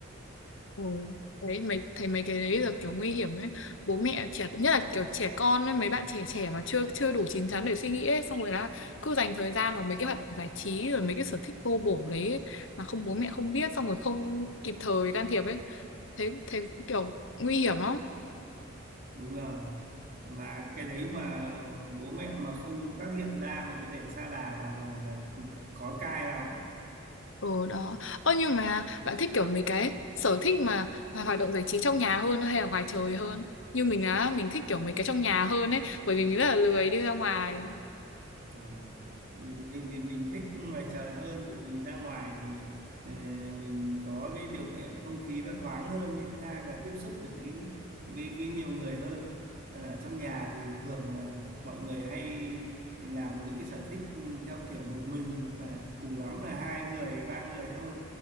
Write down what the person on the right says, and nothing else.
đúng rồi mà cái đấy mà bố mẹ mà không phát hiện ra mà cứ để sa đà vào rồi là khó cai lắm
Ờ, mình thì mình thích ngoài trời hơn tự vì ra ngoài thì ờ, mình có cái điều kiện không khí nó thoáng hơn với thứ hai là tiếp xúc được với với với nhiều người hơn ở trong nhà thì thường là mọi người hay làm những cái sở thích ừ, theo kiểu một mình hoặc là cùng lắm là hai người ba người thôi